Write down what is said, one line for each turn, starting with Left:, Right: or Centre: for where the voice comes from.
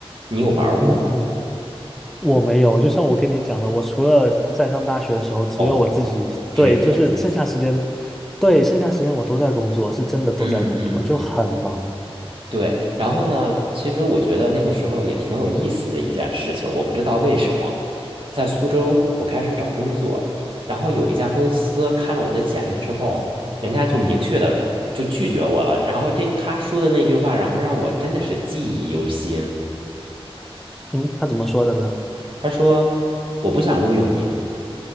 Right: 你有玩儿过吗？
Centre: 嗯。我没有，就像我跟你讲的，我除了在上大学的时候，只有我自己，
Right: 哦，只有我自己。
Centre: 对，就是剩下时间，对，剩下时间我都在工作，是真的都在工作，
Right: 嗯嗯嗯。
Centre: 就很忙。
Right: 对，然后呢，其实我觉得那个时候也挺有意思的一件事情，我不知道为什么，在苏州我开始找工作，然后有一家公司看了我的简历之后，人家就明确的就拒绝我了，然后这他说的那句话，然后让我真的是记忆犹新，
Centre: 嗯，他怎么说的呢？
Right: 他说我不想录用你。